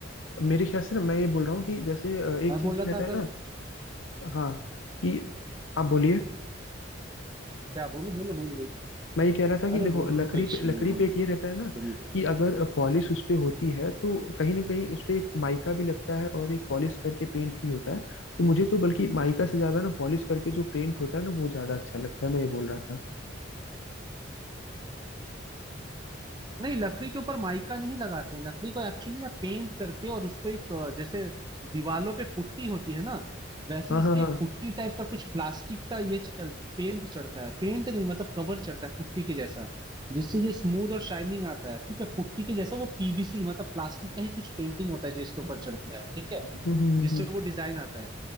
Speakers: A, on the left; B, on the right.
A: मेरे ख्याल से ना मैं ये बोल रहा हूँ कि जैसे अ, एक
B: मैं
A: चीज
B: बोल
A: ये
B: रहा था
A: रहता
B: अगर
A: है ना हाँ कि आप बोलिए
B: क्या बोलो बोलो बोलो बोलो
A: मैं ये कह रहा था कि
B: अरे
A: देखो
B: बोलो
A: लकड़ी
B: कोई इशू
A: पे लकड़ी
B: नहीं है, बोलो
A: पे एक ये रहता है ना
B: तुम ही बोलो
A: कि अगर पॉलिश उस पे होती है तो कहीं ना कहीं उस पे एक माइका भी लगता है और एक पॉलिश करके पेंट भी होता है तो मुझे तो बल्कि माइका से ज्यादा ना पॉलिश करके जो पेंट होता है ना वो ज्यादा अच्छा लगता है मैं ये बोल रहा था
B: नहीं लकड़ी के ऊपर माइका नहीं लगाते हैं लकड़ी को एक्चुअली ना पेंट करके और उसको एक अ, जैसे दीवालों पे पुट्टी होती है ना वैसे
A: हाँ
B: इस
A: हाँ
B: पे एक
A: हाँ
B: पुट्टी टाइप का कुछ प्लास्टिक का ये चल पेंट चढ़ता है पेंट नहीं मतलब कवर चढ़ता है पुट्टी के जैसा जिससे ये स्मूथ और शाइनिंग आता है ठीक है पुट्टी के जैसा वो पीवीसी मतलब प्लास्टिक का ही कुछ पेंटिंग होता है जो इसके ऊपर चढ़ता है ठीक है
A: हम्म हम्म हम्म
B: जिससे
A: हम्म।
B: वो डिजाइन आता है